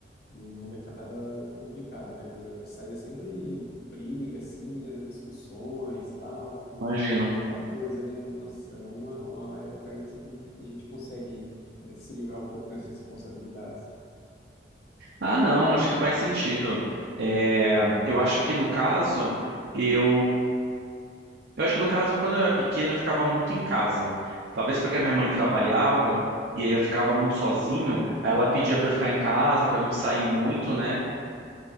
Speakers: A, on the left; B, on the right.
A: E uma Molecada complicada, velho. Eu saía sempre briga, assim, né? Discussões, tal.
B: imagino.
A: Aquela coisa, né? Nossa, é uma, uma época aí que a gente consegue, né, se livrar um pouco das responsabilidades.
B: Ah, não, acho que faz sentido. É, eu acho que no caso, eu, eu acho que no caso, quando eu era pequeno, eu ficava muito em casa. Talvez porque a minha mãe trabalhava e aí eu ficava muito sozinho, aí ela pedia pra eu ficar em casa, pra eu não sair muito, né?